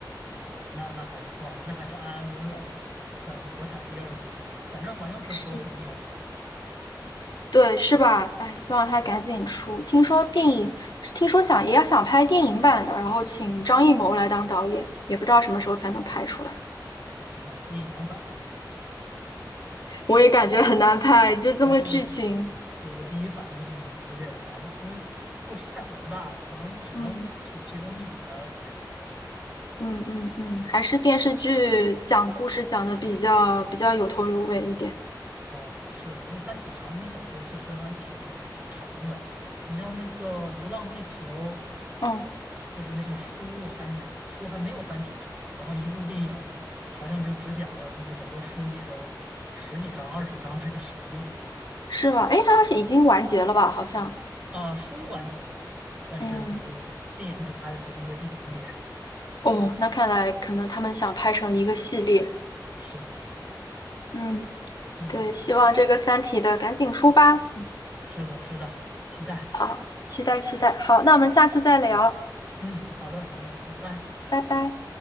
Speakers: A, on the right; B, on the left.
A: 啊，那那还是算了，那还是安安稳稳等国产第二部吧。反正好像是说肯定要拍。
B: <laughs> 对，是吧？哎，希望他赶紧出。听说电影，听说想也要想拍电影版的，然后请张艺谋来当导演，也不知道什么时候才能拍出来。
A: 啊，电影版，哎呀，嗯
B: 我也感觉很难拍，就这么个剧情。
A: 我对我第一反应就是有点难，因为故事太宏大了，可能只能取其中一点儿来拍
B: 嗯嗯嗯嗯，还是电视剧讲故事讲的比较比较有头有尾一点。
A: 啊。是的，因为《三体》长篇小说其实还挺挺挺长的，你像那个《流浪地球》，
B: 嗯，
A: 就是那个书还没书还没有《三体》长，然后一部电影好像就只讲了那个整个书里的十几章、二十章这个程度。
B: 是吧？诶，它是已经完结了吧？好像。
A: 啊，书完结了，但是就是电影只拍了其中的一点点。
B: 嗯，哦，那看来可能他们想拍成一个系列。
A: <laughs> 是的，是的，
B: 嗯，
A: 嗯，
B: 对，希望这个《三体》的赶紧出吧。
A: 是的，是的，期待。
B: 啊，期待期待。好，那我们下次再聊，
A: 嗯，好的，好的，拜拜。
B: 拜拜。